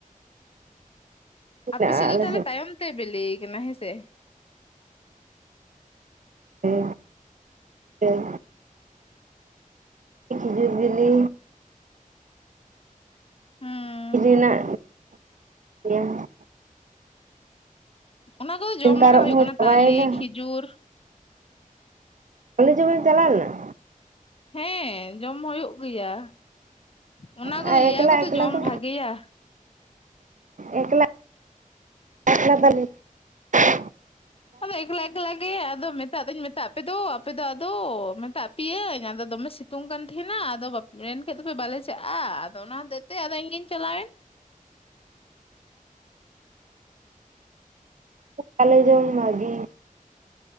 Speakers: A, on the left (about 40°); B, on the right (about 60°).
A: ᱟᱯᱮ
B: ᱢᱮᱱᱟᱜᱼᱟ
A: ᱥᱮᱫ ᱫᱚ
B: ᱟᱞᱮ
A: ᱛᱟᱦᱚᱞᱮ ᱛᱟᱭᱚᱢ ᱛᱮ ᱵᱤᱞᱮ ᱠᱟᱱᱟ ᱦᱮᱸ ᱥᱮ
B: ᱦᱮᱸ ᱦᱮᱸ ᱠᱷᱤᱡᱩᱨ ᱵᱤᱞᱤ
A: ᱦᱮᱸ
B: <unintelligible>
A: ᱚᱱᱟ ᱫᱚ ᱡᱚᱢ
B: ᱛᱟᱨᱚᱵ
A: ᱵᱟᱲᱟ ᱦᱩᱭᱩᱜ
B: ᱦᱚᱸ
A: ᱠᱟᱱᱟ
B: ᱪᱟᱵᱟᱭᱮᱱᱟ
A: ᱛᱟᱞᱮ ᱠᱷᱤᱡᱩᱨ
B: ᱛᱟᱞᱮ ᱡᱮᱢᱮᱢ ᱪᱟᱞᱟᱣ ᱞᱮᱱᱟ
A: ᱦᱮᱸ ᱡᱚᱢ ᱦᱩᱭᱩᱜ ᱜᱮᱭᱟ ᱚᱱᱟ ᱠᱚᱫᱚ
B: ᱟᱨ
A: ᱞᱟᱹᱭᱟ
B: ᱮᱠᱞᱟ
A: ᱠᱚ ᱛᱚ
B: ᱮᱠᱞᱟ
A: ᱡᱚᱢ
B: ᱫᱚ
A: ᱵᱷᱟᱜᱮᱭᱟ
B: ᱮᱠᱞᱟ <unintelligible>
A: ᱟᱫᱚ ᱮᱠᱞᱟ ᱮᱠᱞᱟ ᱜᱮ ᱟᱫᱚ ᱢᱮᱛᱟᱜ ᱫᱚᱧ ᱢᱮᱛᱟᱜ ᱟᱯᱮ ᱫᱚ ᱟᱯᱮ ᱟᱫᱚ ᱢᱮᱛᱟᱜ ᱯᱮᱭᱟᱹᱧ ᱟᱫᱚ ᱫᱚᱢᱮ ᱥᱤᱛ ᱥᱤᱛᱩᱝ ᱠᱟᱱ ᱛᱟᱦᱮᱱᱟ ᱟᱫᱚ ᱢᱮᱱᱠᱮᱡ ᱫᱚᱯᱮ ᱵᱟᱞᱮ ᱪᱟᱞᱼᱟ ᱟᱫᱚ ᱚᱱᱟ ᱦᱚᱛᱮᱡ ᱛᱮ ᱟᱫᱚ ᱤᱧᱜᱤᱧ ᱪᱟᱞᱟᱣᱮᱱ
B: <unintelligible>